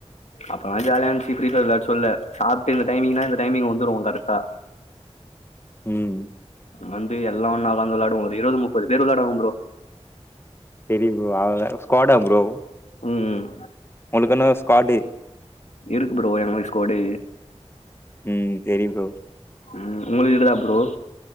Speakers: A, on the left; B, on the left.
A: அப்பலா ஜாலியானுச்சீ ஃப்ரீ ஃபயர் வெளாட சொல்ல சாப்ட்டு இந்த டைமிங்ன்னா இந்த டைமிங் வந்துருவோ கரெக்ட்டா
B: <inaudible> ம்
A: வந்து எல்லா ஒண்ணா ஒக்காந்து வெளாடுவோ ஒரு இருவது முப்பது பேர் வெளாடுவோ ப்ரோ
B: செரி ப்ரோ அவங்களா ஸ்கோடா ப்ரோ
A: ம் ம்
B: உங்க்ளுக்னு ஸ்காடு
A: இருக்கு ப்ரோ எங்களுக் ஸ்கோடு
B: ம் சேரி ப்ரோ
A: ம் உங்களுயிக்கா ப்ரோ